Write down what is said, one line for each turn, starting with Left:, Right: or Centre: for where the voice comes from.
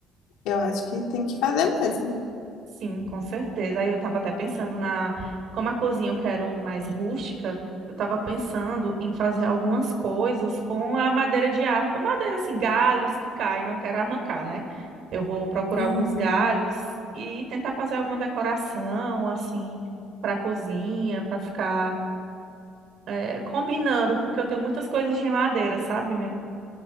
Left: eu acho que tem que fazer mesmo.
Right: Sim, com certeza. Aí eu estava até pensando na, como a cozinha eu quero mais rústica, eu estava pensando em fazer algumas coisas com a madeira de árvore, madeira assim, galhos que caem, não quero arrancar, né? Eu vou procurar
Left: Uhum.
Right: alguns galhos e tentar fazer alguma decoração assim para a cozinha, para ficar eh, combinando, porque eu tenho muitas coisas de madeira, sabe?